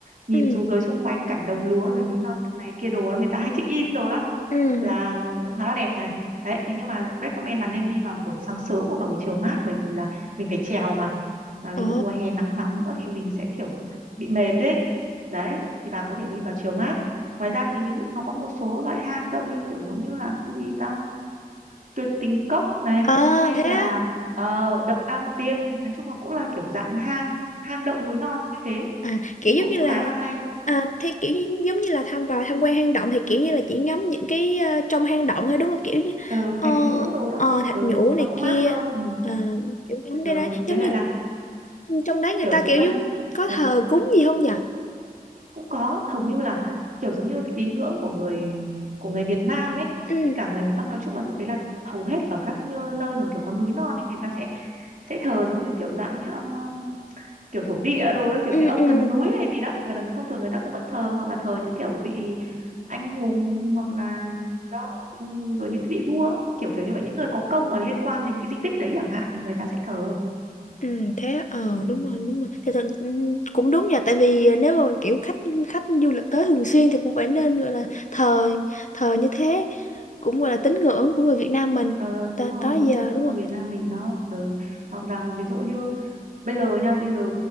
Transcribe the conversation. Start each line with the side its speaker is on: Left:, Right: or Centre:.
Right: nhìn
Left: Ừ.
Right: xuống dưới xung quanh cảnh đồng lúa rồi núi non này kia đồ đó người ta hay check in đồ đó
Left: Ừ.
Right: là cũng khá là đẹp này đấy thế nhưng mà recommend là nên đi vào buổi sáng sớm hoặc là buổi chiều mát bởi vì là mình phải trèo mà mà ví
Left: Ồ.
Right: dụ mùa hè nắng nóng nữa thì mình sẽ kiểu bị mệt đấy đấy thì bà có thể đi vào chiều mát ngoài ra thì ví dụ nó có một số loại hang động như kiểu giống như là cái gì ta tuyệt tình cốc này
Left: Ờ
Right: hay
Left: thế
Right: là
Left: á
Right: ờ, động am tiêm này nói chung là cũng là kiểu dạng hang hang động núi non như thế
Left: à, kiểu
Right: thì cũng
Left: giống như
Right: khá
Left: là
Right: là hay
Left: à, thế kiểu như, giống như là tham vào tham quan hang động thì kiểu như là chỉ ngắm những cái ờ, trong hang động thôi đúng không kiểu như
Right: ừ,
Left: ờ,
Right: thạch nhũ đồ đó
Left: ờ, thạch
Right: ừ,
Left: nhũ
Right: nó
Left: này
Right: cũng
Left: kia
Right: mát hơn ừ.
Left: Ờ, kiểu ngắm
Right: Ừ,
Left: cái đấy
Right: với
Left: giống
Right: lại
Left: như
Right: là
Left: trong đấy người
Right: kiểu
Left: ta
Right: xung
Left: kiểu
Right: quanh
Left: giống
Right: là,
Left: có
Right: ừ,
Left: thờ cúng gì không nhỉ
Right: cũng có hầu như là kiểu giống như cái tín ngưỡng của người của người Việt Nam ấy
Left: ừ
Right: với cả người miền Bắc nói chung là tôi thấy là hầu hết ở các nhơ- nơi mà kiểu có núi non ấy người ta sẽ sẽ thờ giống như kiểu dạng như ông um, kiểu thổ địa đồ đó kiểu
Left: ừ
Right: cái ông
Left: ừ
Right: thần núi hay gì đó là là thông thường người ta cũng vẫn thờ hoặc là thờ những kiểu vị anh hùng hoặc là đó ừm, rồi những vị vua kiểu kiểu như vậy những người có công mà liên quan đến cái di tích đấy chẳng hạn thì người ta sẽ thờ
Left: Ừ, thế á, ờ
Right: ừ.
Left: đúng rồi đúng rồi thì thật, ừ, cũng đúng nha tại vì nếu mà kiểu khách khách du lịch tới thường xuyên thì cũng phải nên gọi là thờ thờ như thế cũng gọi là tín ngưỡng của người Việt Nam mình
Right: ờ,
Left: tới
Right: đúng rồi
Left: tới
Right: giống
Left: giờ
Right: tín ngưỡng
Left: đúng
Right: của
Left: không
Right: Việt Nam mình đó ừ. hoặc là ví dụ như bây giờ nha bây giờ